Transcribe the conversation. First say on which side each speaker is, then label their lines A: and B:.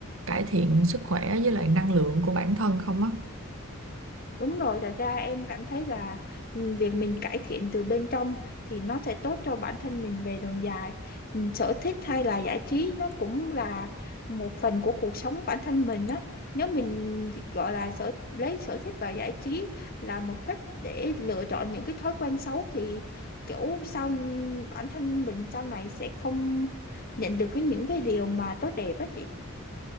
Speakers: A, on the right; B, on the left.
A: cải thiện sức khỏe với lại năng lượng của bản thân không á.
B: Đúng rồi, thật ra em cảm thấy là ừ, việc mình cải thiện từ bên trong thì nó sẽ tốt cho bản thân mình về đường dài. Ừ, Sở thích hay là giải trí nó cũng là một phần của cuộc sống bản thân mình á. Nếu mình gọi là sở lấy sở thích và giải trí là một cách để lựa chọn những cái thói quen xấu thì kiểu sau bản thân mình sau này sẽ không nhận được cái những cái điều mà tốt đẹp á chị.